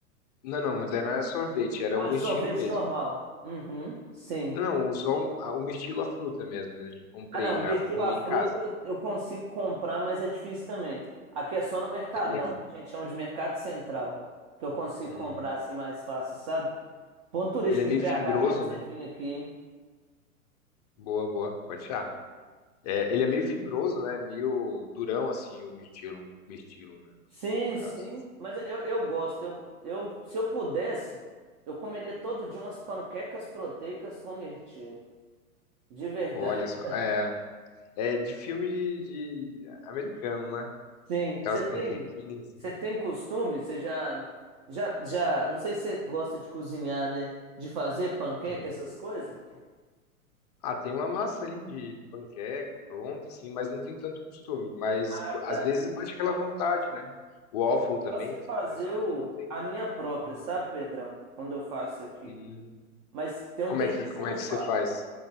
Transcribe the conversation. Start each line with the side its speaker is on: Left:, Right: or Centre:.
Left: Não, não, mas era sorvete, era
Right: Ah,
Left: o mirtilo
Right: sorvete
Left: mesmo.
Right: normal. Uhum, sim.
Left: Não, não, só o, a- o mirtilo, a fruta mesmo, né? Comprei
Right: Ah, não,
Left: já
Right: mirtilo
Left: pra comer
Right: fruta
Left: em casa.
Right: eu consigo comprar, mas é difícil também. Aqui é só no Mercadão,
Left: Ele é,
Right: que a gente chama de Mercado Central, que eu consigo
Left: hum,
Right: comprar assim mais fácil, sabe? Ponto turístico
Left: ele é meio
Right: de BH
Left: fibroso,
Right: quando você
Left: né?
Right: vir aqui, hein?
Left: Boa, boa, pode achar. É, ele é meio fibroso, né? Meio durão, assim, o mirtilo, mirtilo, né?
Right: Sim,
Left: No caso.
Right: sim, mas eu, eu gosto. Eu, eu, se eu pudesse, eu comeria todo dia umas panquecas proteicas com mirtilo, de verdade.
Left: Boa, Olha só. É, é de filme de, de americano, né?
Right: Sim,
Left: Aquelas
Right: você tem,
Left: panquequinhas,
Right: você
Left: assim.
Right: tem costume, você já, já, já, não sei se você gosta de cozinhar, né? De fazer panqueca,
Left: Uhum.
Right: essas coisas?
Left: Ah, tem uma massa ali de panqueca pronta, assim, mas não tem tanto costume. Mas
Right: Ah,
Left: co- às
Right: tá.
Left: vezes bate aquela vontade, né? O waffle também,
Right: Gosto de
Left: se-
Right: fazer
Left: é só
Right: o,
Left: que não tem
Right: a minha própria,
Left: a massa.
Right: sabe, Pedrão? Quando eu faço aqui.
Left: Hum.
Right: Mas tem um
Left: Como
Right: tempinho
Left: é que, como
Right: que eu não
Left: é que
Right: faço.
Left: você faz?